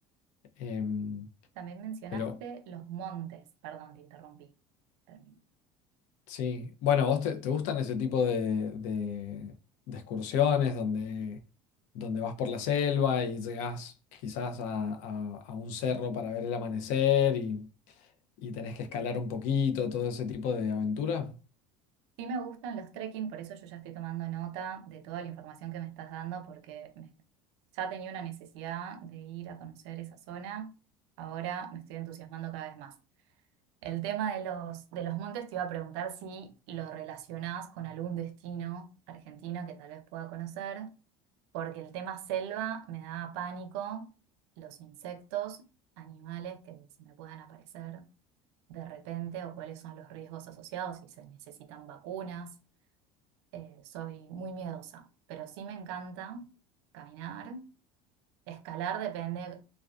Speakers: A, on the left; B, on the right.
A: Em,
B: También mencionaste
A: pero
B: los montes. Perdón, te interrumpí. Termino.
A: sí, bueno, ¿vos te, te gustan ese tipo de, de- de excursiones donde, donde vas por la selva y llegás quizás a, a- a un cerro para ver el amanecer y, y tenés que escalar un poquito, todo ese tipo de aventura?
B: Sí me gustan los trekking, por eso yo ya estoy tomando nota de toda la información que me estás dando, porque me- ya tenía una necesidad de ir a conocer esa zona. Ahora me estoy entusiasmando cada vez más. El tema de los, de los montes te iba a preguntar si lo relacionás con algún destino argentino que tal vez pueda conocer. porque el tema selva me daba pánico, los insectos, animales que se me puedan aparecer de repente o cuáles son los riesgos asociados, si se necesitan vacunas. Eh, soy muy miedosa, pero sí me encanta caminar. Escalar depende